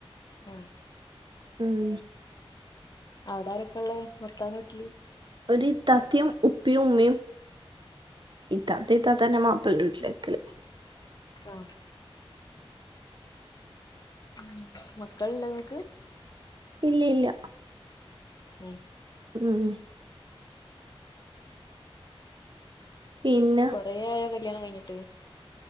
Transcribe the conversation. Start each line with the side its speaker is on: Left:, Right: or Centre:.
Left: ആ
Right: ഉം.
Left: അവിട ആരൊക്കെ ഉള്ളേ ഭർത്താവിന്റെ വീട്ടില്.
Right: ഒരു ഇത്താത്തയും ഉപ്പിയും ഉമ്മിയും ഇത്താത്ത ഇത്താത്തെന്റെ മാപ്പിൾന്റെ വീട്ടില്. ക്കല്.
Left: ആഹ്. ഉം മക്കളിണ്ട വീട്ടില്?
Right: ഇല്ല ഇല്ല.
Left: ഉം.
Right: ഉം. പിന്നെ
Left: കൊറേ ആയോ കല്യാണം കഴിഞ്ഞിട്ട്?